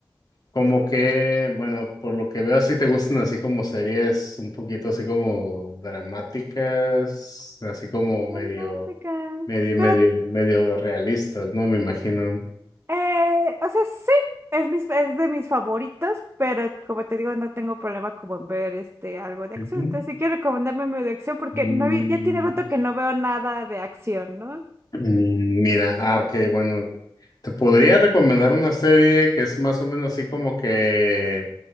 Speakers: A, on the left; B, on the right.
A: como que, bueno, por lo que veo, así te gustan así como series un poquito así como dramáticas, así como medio,
B: Dramática.
A: medio, medio,
B: Pero
A: medio realistas, ¿no? Me imagino.
B: Eh, o sea, sí, es, mis, es de mis favoritos, pero como te digo, no tengo problema como en ver este algo de
A: Ujú.
B: acción. Entonces, si quieres recomendarme medio de acción, porque
A: Mm,
B: no, vi- ya tiene rato que no veo nada de acción, ¿no?
A: mm, mira, ah, ok, bueno, Te podría recomendar una serie que es más o menos así como que